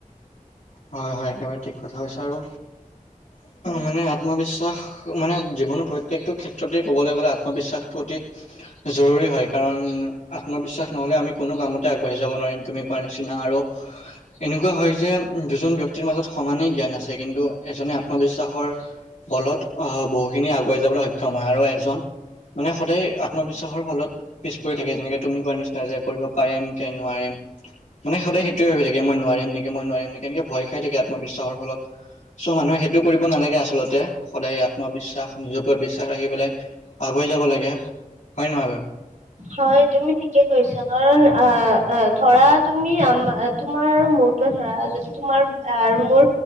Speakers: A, on the left (about 65°); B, on the right (about 60°).
A: হয় হয়, একেবাৰে ঠিক কথা কৈছে আৰু মানে আত্মবিশ্বাস মানে জীৱনত প্ৰত প্ৰত্যেকটো ক্ষেত্ৰতে ক'বলৈ গ'লে আত্মবিশ্বাসটো অতি জৰুৰী হয় কাৰণ আত্মবিশ্বাস নহ'লে আমি কোনো কামতে আগবাঢ়ি যাব নোৱাৰিম তুমি কোৱাৰ নিচিনা আৰু এনেকুৱা হয় যে দুজন ব্যক্তিৰ মাজত সমানেই জ্ঞান আছে কিন্তু এজনে আত্মবিশ্বাসৰ বলত আহ বহুখিনি আগুৱাই যাবলৈ সক্ষম হয় আৰু এজন মানে সদায় আত্মবিশ্বাসৰ ফলত পিছ পৰি থাকে যেনেকে তুমি কোৱাৰ নিচিনা যে কৰিব পাৰিম কে নোৱাৰিম মানে সদায় সেইটোৱে হৈ থাকে মই নোৱাৰিম নেকি মই নোৱাৰিম নেকি এনেকে ভয় খাই থাকে আত্মবিশ্বাসৰ ফলত। চোৱা, মানুহে সেইটো কৰিব নালাগে, আচলতে, সদায় আত্মবিশ্বাস, নিজৰ ওপৰত বিশ্বাস ৰাখি পেলাই আগোৱাই ৱাই যাব লাগে। হয় নে নহয় বাৰু?
B: হয়, তুমি ঠিকেই কৈছা। কাৰণ, আ, ধৰা তুমি আম, তোমাৰ আৰু মোৰ তোমাৰ ধৰা, যদি তোমাৰ আৰু মোৰ,